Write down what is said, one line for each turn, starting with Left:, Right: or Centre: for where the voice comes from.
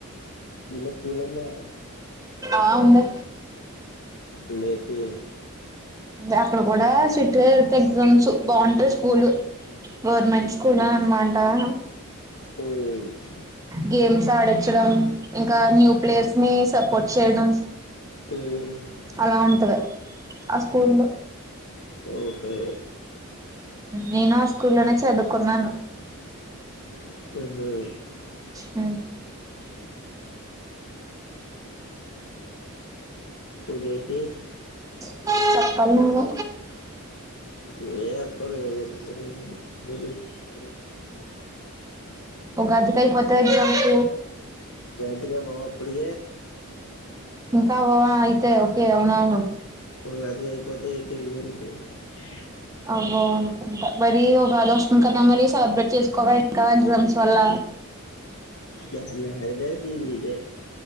Left: మీ ఊర్లో స్కూల్ ఉందా.
Right: ఆ ఉంది
Left: ఉందేమిటి.
Right: అక్కడ కూడా. టత్ ఎగ్జామ్స్ బాగుంటాయి స్కూలు. గవర్నమెంట్ స్కూల్ అన్ మ. ఆహా.
Left: హ.
Right: గేమ్స్ ఆడంచడం ఇంకా న్యూ ప్లేయర్స్ ని సపోర్ట్ చేయడం.
Left: <inaudible>
Right: అలా ఉంటుంది ఆ స్కూల్లో.
Left: ఓకే.
Right: నేను ఆ స్కూ లోనే చదువుకున్నాను.
Left: ఆహ.
Right: అ.
Left: ఇంకేంటి
Right: చెప్పాలా నువ్వు
Left: ఏ న <inaudible>
Right: ఒక అది కాపోత్ర ఎగ్జామ్స్
Left: టిగా బావ అప్పుడి
Right: ఇంకా అయితే ఓకే అవున అవును.
Left: ఒక అదిగా అయిపోతే ఎ ఎగ్జామ్స్. <inaudible>
Right: అ అంట మరీ ఒక బద వస్తుంది కదా మరీ సెలబ్రేట్ చేసుకోవాలి ఇంకా ఎగ్జామ్స్ వల్ల.
Left: ఎ లే అదేది ఇల్ ఇదే.